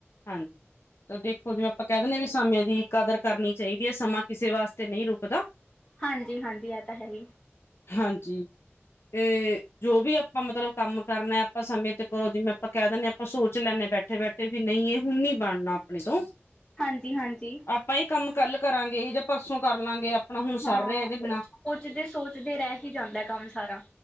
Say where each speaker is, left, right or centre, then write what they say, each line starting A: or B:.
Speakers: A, on the left (about 60°); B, on the left (about 15°).
A: ਹਾਂਜੀ। ਤਾਂ ਦੇਖੋ ਜਿਵੇਂ ਆਪਾਂ ਕਹਿ ਦਿੰਦੇ ਹ ਵੀ ਸਮੇਂ ਦੀ ਕਦਰ ਕਰਨੀ ਚਾਹੀਦੀ ਐ ਸਮਾਂ ਕਿਸੇ ਵਾਸਤੇ ਨਹੀਂ ਰੁਕਦਾ।
B: ਹਾਂਜੀ ਹਾਂਜੀ ਇਹ ਤਾਂ ਹੈ ਈ।
A: ਹਾਂਜੀ ਤੇ ਜੋ ਵੀ ਆਪਾਂ ਮਤਲਬ ਕੰਮ ਕਰਨਾ ਆਪਾਂ ਸਮੇਂ ਤੇ ਕਰੋ ਜਿਵੇਂ ਆਪਾਂ ਕਹਿ ਦਿੰਦੇ ਹਾਂ ਆਪਾਂ ਸੋਚ ਲੈਂਦੇ ਬੈਠੇ ਬੈਠੇ ਤੇ ਵੀ ਨਹੀਂ ਇਹ ਹੁਣ ਨੀ ਬਣਨਾ ਆਪਣੇ ਤੋਂ।
B: ਹਾਂਜੀ ਹਾਂਜੀ।
A: ਆਪਾਂ ਏ ਕੰਮ ਕੱਲ ਕਰਾਂਗੇ ਜਾਂ ਪਰਸੋਂ ਕਰ ਲਾਂਗੇ। ਹੁਣ
B: ਹਾਂ
A: ਸਰ ਰਿਹਾ ਇਹਦੇ ਬਿਨਾਂ
B: ਉਹ ਸੋਚਦੇ ਸੋਚਦੇ ਰਹਿ ਹੀ ਜਾਂਦਾ ਕੰਮ ਸਾਰਾ।